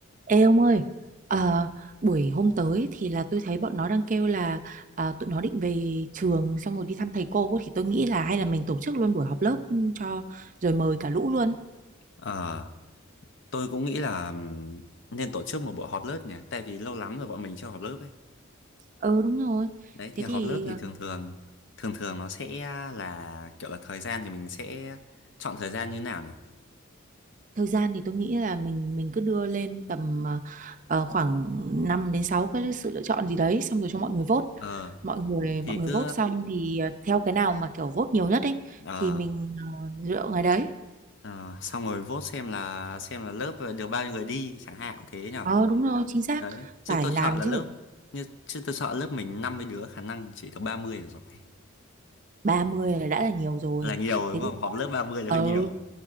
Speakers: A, on the right; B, on the left.
A: Ê ông ơi, ờ, buổi hôm tới thì là tôi thấy bọn nó đang kêu là ờ, tụi nó định về trường xong rồi đi thăm thầy cô thì tôi nghĩ là hay là mình tổ chức luôn buổi họp lớp cho rồi mời cả lũ luôn.
B: Ờ, tôi cũng nghĩ là ừm, nên tổ chức một buổi họp lớp nhỉ, tại vì lâu lắm rồi bọn mình chưa họp lớp ấy.
A: Ừ đúng rồi.
B: Đấy
A: Thế
B: thì họp
A: thì
B: lớp thì
A: ờ,
B: thường thường thường thường nó sẽ là kiểu là thời gian thì mình sẽ chọn thời gian như thế nào nhỉ?
A: thời gian thì tôi nghĩ là mình mình cứ đưa lên tầm ờ, ờ, khoảng 5 đến 6 cái sự lựa chọn gì đấy xong rồi cho mọi người vote.
B: Ờ
A: Mọi người
B: thì
A: mọi người
B: cứ
A: vote xong thì ờ, theo cái nào mà kiểu vote nhiều nhất ấy
B: ờ
A: thì mình ờ, lựa ngày đấy.
B: ờ, xong rồi vote xem là xem là lớp được bao nhiêu người đi chẳng hạn thế nhỉ.
A: Ờ đúng rồi, chính xác.
B: Đấy, chứ
A: Phải
B: tôi
A: làm
B: sợ là
A: chứ.
B: lớp như chứ tôi sợ lớp mình 50 đứa khả năng chỉ được 30 là giỏi.
A: ba mươi là đã là nhiều rồi
B: Là nhiều rồi
A: thế
B: đúng không?
A: thì
B: Họp lớp 30 là
A: ờ
B: hơi nhiều.